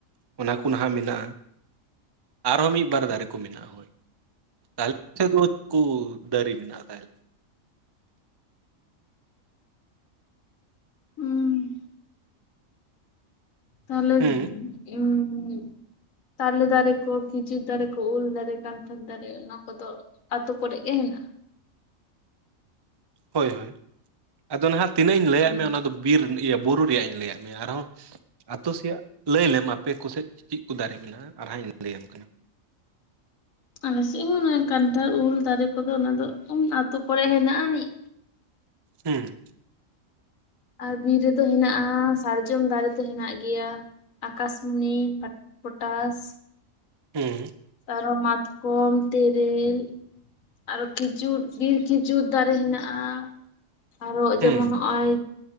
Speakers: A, on the right; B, on the left.
A: ᱚᱱᱟ ᱠᱚ ᱱᱟᱦᱟᱜ ᱢᱮᱱᱟᱜᱼᱟ᱾ ᱟᱨᱦᱚᱸ ᱢᱤᱫ ᱵᱟᱨ ᱫᱟᱨᱮ ᱠᱚ ᱢᱮᱱᱟᱜᱼᱟ ᱦᱳᱭ᱾ <unintelligible> ᱫᱟᱨᱤ ᱢᱮᱱᱟᱜᱼᱟ ᱛᱟᱦᱚᱞᱮ
B: ᱦᱩᱸ ᱛᱟᱦᱞᱮ <unintelligible>
A: ᱦᱩᱸ
B: ᱛᱟᱞᱮ ᱫᱟᱨᱮ ᱠᱚ ᱠᱷᱤᱡᱩᱨ ᱫᱟᱨᱮ ᱠᱚ ᱩᱞ ᱫᱟᱨᱮ ᱠᱟᱱᱴᱷᱟᱲ ᱫᱟᱨᱮ ᱚᱱᱟ ᱠᱚᱫᱚ ᱟᱛᱳ ᱠᱚᱨᱮ ᱜᱮ ᱦᱮᱱᱟᱜ-ᱟ᱾
A: ᱦᱳᱭ ᱦᱳᱭ, ᱟᱫᱚ ᱱᱟᱦᱟᱜ ᱛᱤᱱᱟᱹᱜ ᱤᱧ ᱞᱟᱹᱭᱟᱫ
B: ᱦᱩᱸ
A: ᱢᱮᱭᱟ ᱚᱱᱟ ᱫᱚ ᱵᱤᱨ ᱵᱩᱨᱩ ᱨᱮᱭᱟᱜ ᱤᱧ ᱞᱟᱹᱭᱟᱫ ᱢᱮᱭᱟ ᱟᱨᱦᱚᱸ ᱟᱛᱳ ᱥᱮᱭᱟᱜ ᱞᱟᱹᱭ ᱢᱮ? ᱟᱯᱮ ᱠᱚᱥᱮᱫ ᱪᱮᱫ ᱠᱚ ᱫᱟᱨᱮ ᱢᱮᱱᱟᱜᱼᱟ ᱟᱨᱦᱚ ᱤᱧ ᱞᱟᱹᱭᱟᱢ ᱠᱟᱱᱟ᱾
B: ᱟᱞᱮᱥᱮᱫ ᱦᱚᱸ ᱠᱟᱱᱴᱷᱟᱲ ᱩᱞ ᱫᱟᱨᱮ ᱠᱚᱫᱚ ᱚᱱᱟ ᱫᱚ ᱟᱛᱳ ᱠᱚᱨᱮ ᱦᱮᱱᱟᱜ ᱟᱹᱱᱤᱡ,
A: <unintelligible>
B: ᱟᱨ ᱵᱤᱨ ᱨᱮᱫᱚ ᱦᱮᱱᱟᱜᱼᱟ ᱥᱟᱨᱡᱚᱢ ᱫᱟᱨᱮ ᱛᱚ ᱦᱮᱱᱟᱜ ᱜᱮᱭᱟ᱾ ᱟᱠᱟᱥᱢᱩᱱᱤ ᱯᱚᱴᱟᱥ
A: ᱦᱩᱸ
B: ᱟᱨᱦᱚ ᱢᱟᱛᱠᱚᱢ ᱛᱮᱨᱮᱞ, ᱟᱨᱦᱚ ᱠᱷᱤᱡᱩᱨ ᱵᱤᱨ ᱠᱷᱤᱡᱩᱨ ᱫᱟᱨᱮ ᱦᱮᱱᱟᱜᱼᱟ᱾ ᱟᱨᱦᱚ
A: ᱦᱩᱸ
B: ᱡᱮᱢᱚᱱ ᱱᱚᱜᱼᱚᱭ